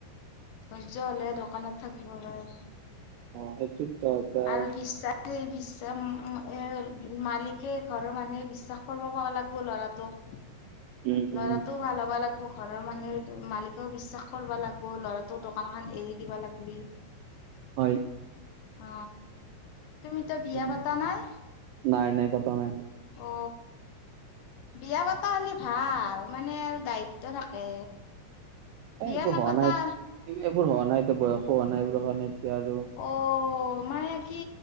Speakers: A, on the left; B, on the right.
A: ধৈৰ্য হলে হে দোকানত থাকিব পাৰে।
B: অ সেইটোতো এটা।
A: আৰু বিশ্বাস বিশ্বাস এ মালিকে ঘৰৰ মানুহে বিশ্বাস কৰিব পাব লাগিব ল'ৰাটোক
B: <unintelligible> উম
A: লৰা তোৰ ভাল হ'ব লাগিব। ঘৰৰ মানুহে মালিকেও বিশ্বাস কৰিবা লাগিব ল'ৰাটোক দোকানখন এৰি দিবা লাগলি।
B: হয়।
A: অ তুমিতো বিয়া
B: উম
A: পতা নাই।
B: নাই নাই পতা নাই <unintelligible>
A: অ বিয়া পাতা হ'লে ভাল মানে আৰু দায়িত্ব থাকে
B: এ
A: বিয়া
B: এইবোৰ
A: নাপাতা
B: হোৱা নাই এইবোৰ হোৱা নাই এতিয়া বয়সো হোৱা নাই এইবোৰ কাৰণে এতিয়া আৰু
A: অ' মানে কি